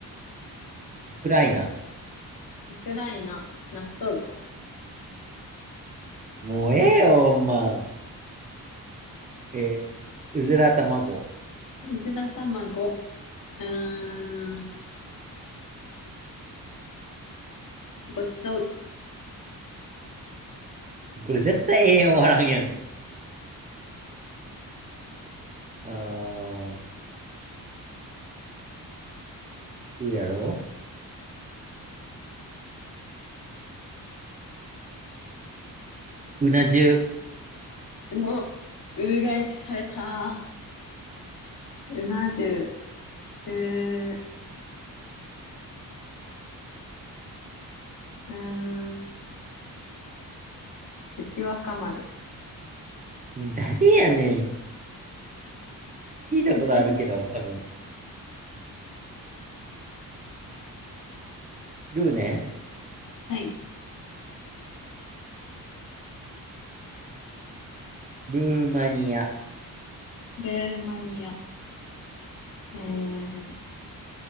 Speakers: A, on the right; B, on the left.
A: クライナ。
B: ウクライナ、納豆、
A: もうええよ、ほんま。えー、うずら卵。
B: うずら卵、うーん、ごちそう
A: これ絶対ええ終わらんやん。あー、うやろうな重。
B: の、うがいしされた。うな重、う、うーん、牛若丸、
A: 誰やねん。
B: <laughs>
A: 聞いたことあるけど、
B: 牛若
A: 多分。ルーね。
B: はい。
A: ルーマニア。
B: ルーマニア、えー、